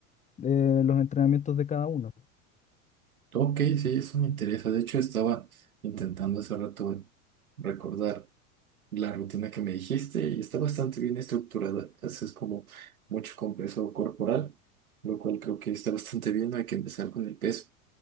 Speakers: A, on the left (about 15°); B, on the right (about 75°).
A: de los entrenamientos de cada uno.
B: Ok, sí, eso me interesa. De hecho, estaba intentando hace rato recordar la rutina que me dijiste y está bastante bien estructurada. Haces como mucho con peso corporal, lo cual creo que está bastante bien. Hay que empezar con el peso